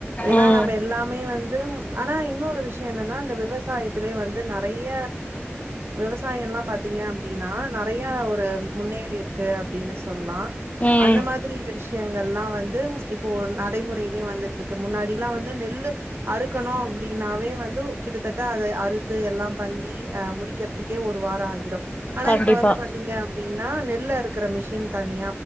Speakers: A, on the right (about 60°); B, on the left (about 30°).
A: ஏன்னா
B: ம்
A: நம்ப எல்லாமே வந்து ஆனா இன்னொரு விஷயோ என்னன்னா இந்த விவசாயத்திலே வந் து நெறைய விவசாயல்லா பாத்தீங்க அப்டின்னா நெறைய ஒரு முன்னேறிருக் கு அப்டின்னு சொல்லா
B: ம்
A: அந்த மாதிரி விஷயங்கள்லா வந்து இப்போ நடைமுறையிலியே வந்துட்ருக்கு முன்னாடிலா வந்து நெல்லு அறுக்கணு அப்டின்னாவே வந்து கிட்டத்தட் ட அத அறுத் து எல்லாம் பண்ணி அ முடிக்கறதுக்கே ஒரு வாரோ ஆகிடு ஆனா
B: கண்டிப்பா
A: இப்ப வந்து பாத்தீங்க அப்டினா நெல்லருக் குற மிஷின் தனி